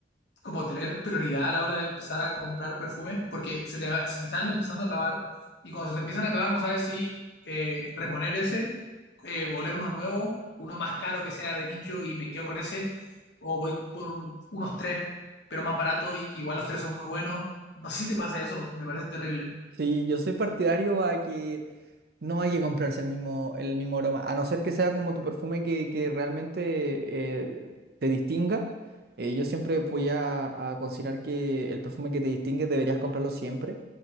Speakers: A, on the left (about 70°); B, on the right (about 55°).
A: como tener prioridad a la hora de empezar a comprar perfumes, porque se te, va- se te están empezando a acabar y cuando se te empiezan a acabar no sabes si eh, reponer ese, eh, oler uno nuevo, uno más caro que sea de nicho y me quedo con ese, o voy por un- unos tres, pero más barato y que igual los tres son muy buenos. No sé si te pasa eso, me parece terrible.
B: Sí, yo soy partidario a que No hay que comprarse el mismo, el mismo aroma, a no ser que sea como tu perfume que, que realmente eh, te distinga. eh, yo siempre voy a, a considerar que el perfume que te distingue deberías comprarlo siempre.